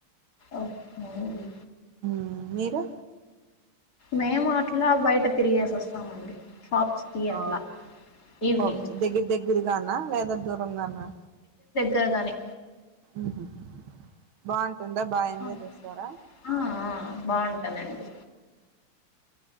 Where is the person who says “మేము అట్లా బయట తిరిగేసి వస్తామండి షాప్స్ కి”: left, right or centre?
Left